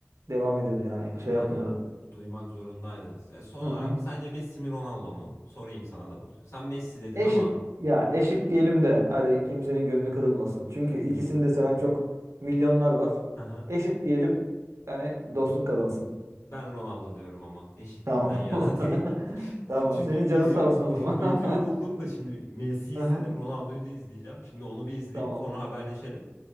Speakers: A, on the right; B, on the left.
A: devam ediyordu yani
B: Tabii
A: şey yapmıyordu.
B: canım. Duymak zorundaydı. E, son
A: Hı
B: olarak sence Messi mi Ronaldo
A: hı.
B: mu? Sorayım sana da bunu. Sen Messi dedin
A: Eşit
B: ama.
A: ya eşit diyelim de hadi kimsenin gönlü kırılmasın. Çünkü
B: e,
A: ikisini de seven çok milyonlar var.
B: <laughs>
A: Eşit diyelim yani dostluk kazansın.
B: Ben Ronaldo diyorum ama eşitlikten
A: Tamam.
B: yana
A: <laughs>
B: <laughs> değil.
A: Tamam.
B: Çünkü
A: Senin canın
B: video,
A: sağ olsun
B: <laughs>
A: o zaman.
B: video buldum
A: <laughs>
B: da şimdi Messi
A: Aha,
B: izledim, Ronaldo'yu da izleyeceğim. Şimdi onu bir izleyeyim,
A: Tamam.
B: sonra haberleşelim.